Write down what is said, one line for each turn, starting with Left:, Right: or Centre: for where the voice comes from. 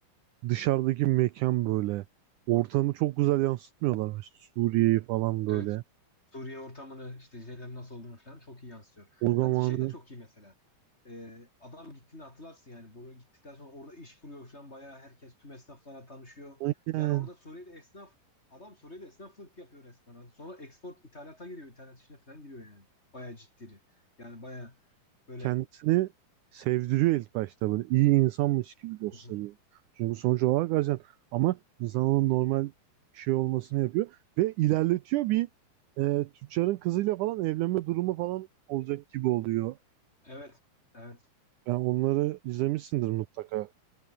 Right: dışarıdaki mekan böyle. Ortamı çok güzel yansıtmıyorlar mesela Suriye'yi falan böyle.
Left: Evet. Suriye ortamını işte şeylerin nasıl olduğunu falan çok iyi yansıtıyor.
Right: O zamanı
Left: Hadi şey de çok iyi mesela. Ee, adam gittiğini hatırlarsın yani. Buraya gittikten sonra orada iş kuruyor falan. Bayağı herkes tüm esnaflara tanışıyor.
Right: Aynen.
Left: Yani orada Suriye'de esnaf adam Suriye'de esnaflık yapıyor resmen. Hadi sonra export ithalata giriyor. ithalat işine falan giriyor yani. Bayağı ciddi. Yani bayağı böyle
Right: kendisini sevdiriyor ilk başta böyle iyi insanmış gibi gösteriyor.
Left: Hı hı.
Right: Çünkü sonuç olarak ajan ama insanın normal şey olmasını yapıyor ve ilerletiyor bir e, tüccarın kızıyla falan evlenme durumu falan olacak gibi oluyor.
Left: evet evet
Right: Yani onları izlemişsindir mutlaka.